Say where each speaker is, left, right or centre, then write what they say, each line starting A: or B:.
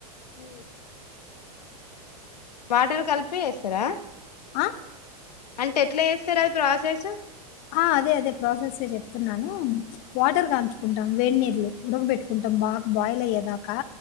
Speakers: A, on the left (about 80°); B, on the left (about 45°).
A: హ వాటర్ కలిపి చేస్తారా
B: ఆ
A: అంటే ఎట్లా చేస్తారు అది ప్రాసెస్
B: ఆ అదే అదే ప్రాసెస్సె చెప్తున్నాను వాటర్
A: ఆ
B: కాంచుకుంటాం వేడి లు ఉడగబ పెట్టుకుంటాం బాగా బాయిల్ అయ్యేదాకా